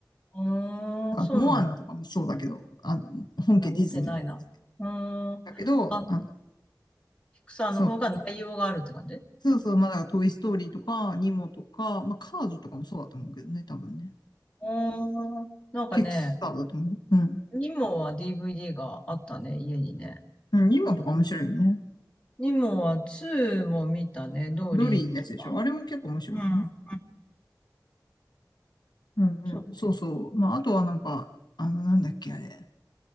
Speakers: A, on the left; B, on the left.
A: うーん、そうなん
B: モアナとかもそうだけど、あ本家ディズニーの方
A: だ。見てないな。うーん。
B: だけど、
A: あ、
B: あの、
A: ピクサーの方が内容があるって感じ
B: そう。そうそう、まあ、だからトイ・ストーリーとか、ニモとか、まあ、カーズとかもそうだと思うけどね、多分ね。
A: うん。うーん。なんかね、
B: ピクサーだと思うよ。うん。
A: ニモは DVD があったね、家にね。
B: うん、ニモとか面白いよね。
A: ニモは2も見たね、ドーリーとか。
B: ドリーのやつでしょ。あれも結構面白いよね。
A: うん。
B: うんうん。
A: そう。
B: そうそう。まあ、あとはなんか、あの、なんだっけ、あれ。